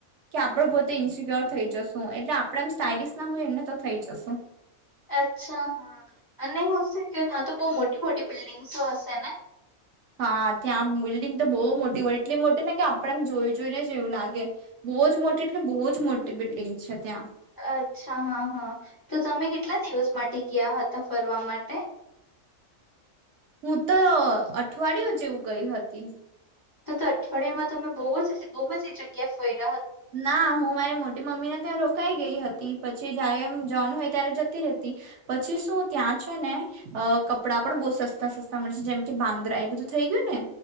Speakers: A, on the right; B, on the left.
A: કે આપડે પોતે ઇન્સિક્યોર થઈ જશું એટલે આપણેે એમ સ્ટાઇલિશ ના હોય એને તો થઈ જશું.
B: અચ્છા હા અને એુંશે કે ત્યાં તો બહ મોટી મોટી બિલ્ડિંગસો હશે ને.
A: હા ત્યાં બિલ્ડિંગ તો બહુ મોટી હોય એટલી મોટી ને કે આપડેમ જોઈ જોઈને જ એવું લાગે. બહુ જ મોટી એટલે બહુ જ મોટી બિલ્ડિંગ છે ત્યાં.
B: અચ્છા હા હા તો તમે કેટલા દિવસ માટે ગયા હતા ફરવા માટે. <inaudible>
A: હું તો અઠવાડિયયો જેવું ગઈ હતી.
B: તો તો અઠવાડિયામાં તમે બહુ જ બહુ જ જગ્યા ફરી.
A: ના હું મારી મોટી મમ્મી ને ત્યાં રોકાઈ ગ. હતી પછી જયારે એમ જવાનું હોય ત્યારે જતી રતી પછી શું ત્યાં છે ને. કપડાં પણ બહુ સસ્તા સસ્તા મળશે જેમ કે બાંદ્રા એ બધું થઈ ગયું ને